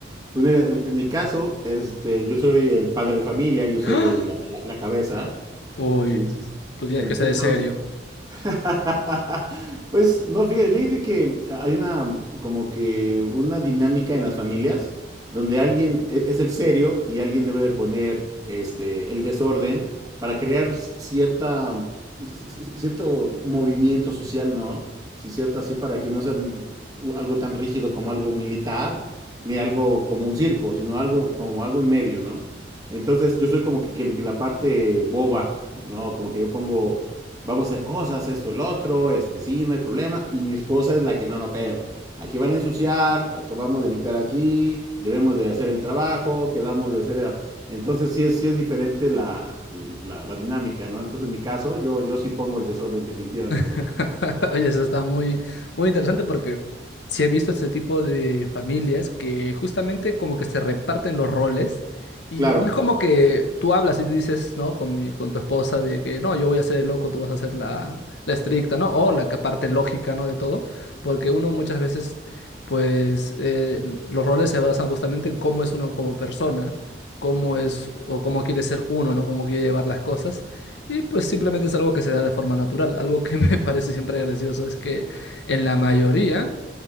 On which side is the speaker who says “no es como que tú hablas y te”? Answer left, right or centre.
Left